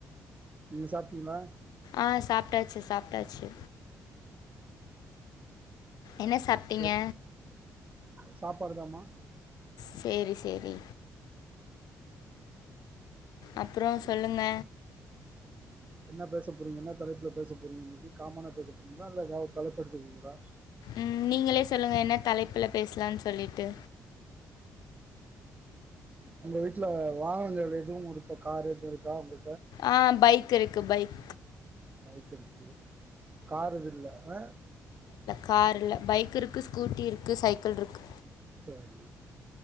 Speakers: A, on the right; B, on the left.
A: நீங்க சாப்டிங்களா
B: ஆ சாப்டாச்சு சாப்டாச்சு
A: சந்தோஷோ
B: என்ன சாப்பிட்டீங்க
A: எடுத் சாப் பருதாமா
B: செரி செரி அப்புறோ
A: சரி
B: சொல்லுங்க
A: என்ன பேச போறீங்க என்ன தலைப்புல பேச போறீங்க இன்னிக்கு காமனா பேச போறீங்களா இல்ல ஏதாவது தலைப்ப எடுத்துட்டு வந்துருக்கீங்களா
B: ம் நீங்களே சொல்லுங்க என்ன தலைப்புல பேசலான் சொல்லிட்டு
A: உங்க வீட்ல வாகனங்கள் எதுவு இருக்கா காரு எது இருக்கா உங்க
B: ஆ பைக் இருக்கு பைக்
A: பைக் இருக்கு காரு எது இல்ல அ
B: காரில்ல பைக் க் இருக்கு ஸ்கூட்டி இருக்கு சைக் க்குள் இருக்கு
A: சேரி